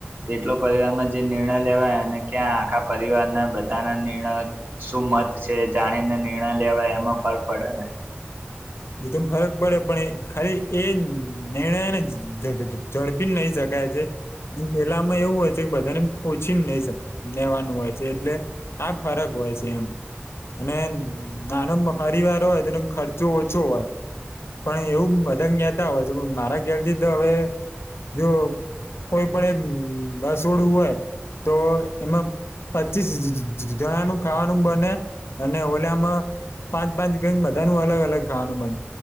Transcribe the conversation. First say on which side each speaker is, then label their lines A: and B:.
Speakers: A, on the right; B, on the left.
A: એટલો પરિવારમાં જે નિર્ણય લેવાય અને ક્યાં આખા પરિવારના બધાના નિર્ણય શું મત છે જાણીને નિર્ણય લેવાય એમાં ફરક પડે ને
B: એ તો ફરક પડે પણ એ ખાલી એ નિર્ણય ને ઝ ઝ ઝડપી નહી શક <unintelligible> પહેલામાં એવું હોય છે કે બધાને ઓછીને નઈ લેવાનું હોય છે એટલે આ ફરક હોય છે એમ અને નાનો પરિવાર હોય તેનો ખર્ચો ઓછો હોય. પણ એવું બધાન કેતા હોય છે. પણ મારા ઘેરથી તો હવે જો કોઈ પણ એ રસ વડું હોય તો એમાં પચીસ જ જ જ જણાનું ખાવાનું બને અને ઓલામાં પાંચ પાંચ ગેંગ બધા ન અલગ અલગ ખાવાનું બન.